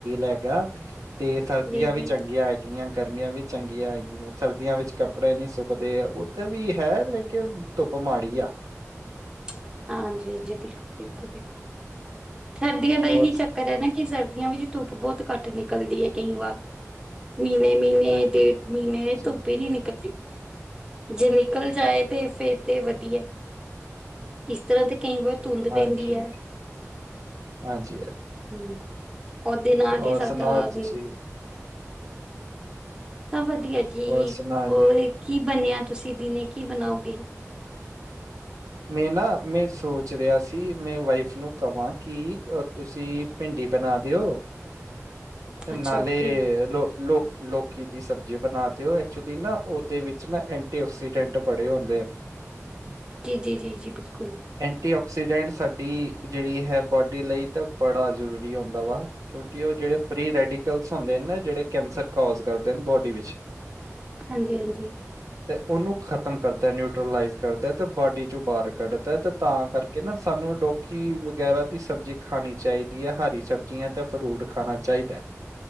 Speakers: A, on the right (about 85°); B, on the right (about 15°).
A: ਹੈਗਾ ਤੇ ਸਰਦੀਆਂ
B: ਜੀ
A: ਵੀ
B: ਜੀ
A: ਚੰਗੀਆਂ ਹੈਗੀਆਂ ਗਰਮੀਆਂ ਵੀ ਚੰਗੀਆਂ ਹੈਗੀਆਂ ਸਰਦੀਆਂ ਵਿੱਚ ਕੱਪੜੇ ਨਹੀਂ ਸੁੱਕਦੇ ਉੱਧਰ ਵੀ ਹੈ ਲੇਕਿਨ ਧੁੱਪ ਕੁਮਾੜੀ ਆ
B: <unintelligible> ਹਾਂ, ਹਾਂਜੀ, ਹਾਂਜੀ ਬਿਲਕੁਲ, ਬਿਲਕੁਲ, ਬਿਲਕੁਲ ਸਰਦੀਆਂ ਦਾ
A: ਹੋਰ
B: ਇਹੀ ਚੱਕਰ ਹੈ ਨਾ ਕੀ ਸਰਦੀਆਂ ਵਿੱਚ ਧੁੱਪ ਬਹੁਤ ਘੱਟ ਨਿਕਲਦੀ ਹੈ ਕਈ ਵਾਰ? ਮਹੀਨੇ ਮਹੀਨੇ
A: ਹਾਂਜੀ।
B: ਡੇਢ ਮਹੀਨੇ
A: ਜੀ,
B: ਧੁੱਪੇ ਨੀ ਨਿਕਲਦੀ । ਜੇ ਨਿਕਲ ਜਾਏ ਤੇ ਫਿਰ ਤੇ ਵਧੀਆ ਇਸ ਤਰ੍ਹਾਂ ਦੇ ਕਈ ਵਾਰ ਧੁੰਦ
A: ਹਾਂਜੀ,
B: ਪੈਂਦੀ ਐ
A: ਹਾਂਜੀ-ਹਾਂਜੀ
B: ਹਮ। ਉਹਦੇ ਨਾਲ ਦੀ
A: ਹੋਰ
B: ਸਾਦਾ
A: ਸੁਣਾਓ
B: ਆ
A: ਤੁਸੀਂ
B: ਗਈ ਸੱਭ ਵਧੀਆ ਜੀ,
A: ਹੋਰ ਸੁਣਾਓ
B: ਹੋਰ
A: ਜੀ।
B: ਕੀ ਬਣਿਆ ਤੁਸੀਂ ਦਿਨੇ ਕੀ ਬਣਾਓਗੇ।
A: ਮੈਂ ਨਾ ਮੈਂ ਸੋਚ ਰਿਹਾ ਸੀ ਮੈਂ ਵਾਈਫ ਨੂੰ ਕਵਾਂ ਕੀ ਤੁਸੀਂ ਪਿੰਡ ਏ ਤਾਂ ਬਣਾ ਦਿਓ
B: <inaudible>
A: ਨਾਲੇ
B: ਅੱਛਾ ਓਕੇ
A: ਲੋ ਲੋਕ ਲੋਕੀ ਦੀ ਸਬਜ਼ੀ ਬਣਾਤੇ ਹੋ, ਐਕਚੁਲੀ ਨਾ ਉਹਦੇ ਵਿੱਚ ਨਾ ਐਂਟੀ ਆਕਸੀਡੈਂਟ ਬੜੇ ਹੁੰਦੇ ਹਨ <unintelligible>
B: ਜੀ ਜੀ ਜੀ ਜੀ ਬਿਲਕੁਲ
A: ਐਂਟੀ ਆਕਸੀਡੈਂਟ ਸਾਡੀ ਜਿਹੜੀ ਹੈ ਬੋਡੀ ਲਈ ਤਾਂ ਬੜਾ ਜਰੂਰੀ ਹੁੰਦਾ ਵਾ ਕਿਉਂਕਿ ਇਹ ਜਿਹੜੇ ਫ੍ਰਰੀ ਰੈ ਡੀਕਲਸ ਹੁੰਦੇ ਆ ਨ ਜਿਹੜੇ ਕੈਂਸਰ ਕੋਜ਼ ਕਰਦੇ ਬੋਡੀ ਵਿੱਚ
B: ਹਾਂਜੀ ਹਾਂਜੀ
A: ਤੇ ਉਹਨੂੰ ਖ਼ਤਮ ਕਰਦੇ ਨਿਊਟਲਾਈਜ਼ ਕਰਦੇ ਤੇ ਬਾਡੀ ਚੋਂ ਬਾਹਰ ਕੱਢਦਾ ਤੇ ਤਾਂ ਕਰਕੇ ਨਾ ਸਾਨੂੰ ਲੋਕੀ ਵਗੈਰਾ ਦੀ ਸਬਜ਼ੀ ਖਾਣੀ ਚਾਹੀਦੀ ਹੈ ਹਰ ਹਰੀ ਸਬਜ਼ੀਆਂ ਤੇ ਫਰੂਟ ਖਾਣਾ ਚਾਹੀਦੈ